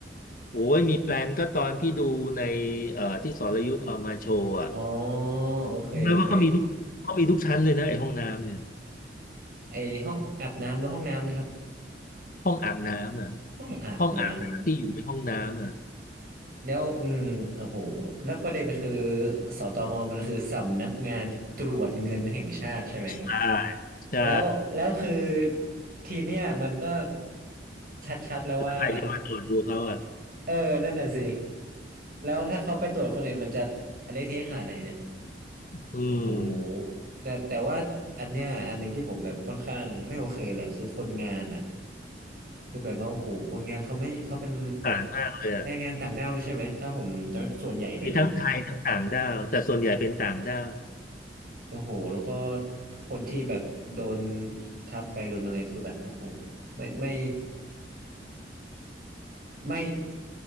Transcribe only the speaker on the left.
โอ้ยมีแปลนก็ตอนพี่ดูในเอ่อที่สรยุทธเอามาโชว์อ่ะ
รู้ไหมว่าเขามีทุกเขามีทุกชั้นเลยนะไอ้ห้องน้ำเนี่ย
ห้องอาบน้ำอ่ะ
ห้องอาบน้ำที่อยู่ในห้องน้ำอ่ะ
ใช่ใช่
แล้วใครจะมาตรวจดูเขาอ่ะ
อืม
สงสารมากเลยอ่ะ
มีทั้งไทยทั้งต่างด้าวแต่ส่วนใหญ่เป็นต่างด้าว